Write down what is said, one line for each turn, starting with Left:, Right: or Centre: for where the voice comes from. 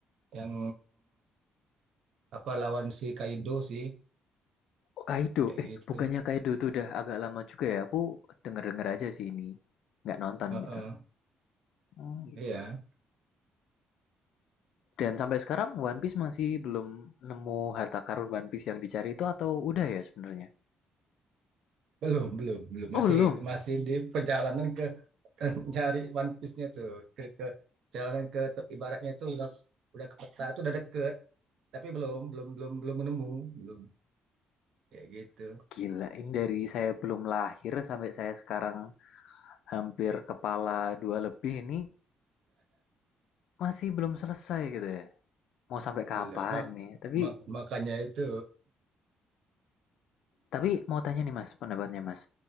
Right: yang apa lawan si Kaido sih
Left: Oh, Kaido.
Right: kayak
Left: Eh
Right: gitu.
Left: bukannya Kaido tuh udah agak lama juga ya. Aku denger-denger aja sih ini. Nggak nonton
Right: Heeh.
Left: gitu. Hmm, gitu.
Right: Iya,
Left: Dan sampai sekarang One Piece masih belum nemu harta karun One Piece yang dicari itu atau udah ya sebenarnya?
Right: belum belum belum
Left: Oh
Right: masih
Left: belum.
Right: masih di perjalanan ke <laughs> cari One Piece-nya tuh ke, ke perjalanan ke ibaratnya tuh udah udah ke peta itu udah deket tapi belum belum belum belum menemu belum kayak gitu
Left: Gila, ini dari saya belum lahir sampai saya sekarang hampir kepala dua lebih ini masih belum selesai gitu ya. Mau sampai kapan
Right: belum Ma-
Left: nih? Tapi
Right: ma- makanya itu
Left: tapi mau tanya nih Mas, pendapatnya Mas.